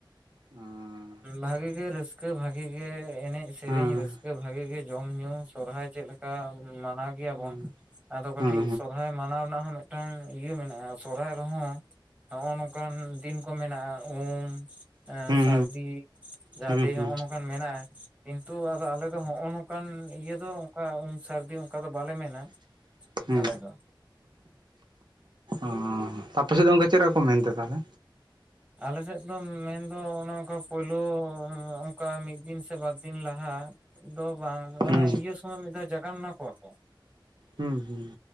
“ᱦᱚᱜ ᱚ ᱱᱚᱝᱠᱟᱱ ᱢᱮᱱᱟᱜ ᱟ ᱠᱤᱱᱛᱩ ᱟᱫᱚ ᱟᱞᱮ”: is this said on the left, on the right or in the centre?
Right